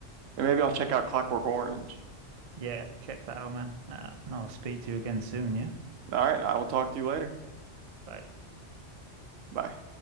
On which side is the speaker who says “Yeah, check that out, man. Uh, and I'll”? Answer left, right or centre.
Right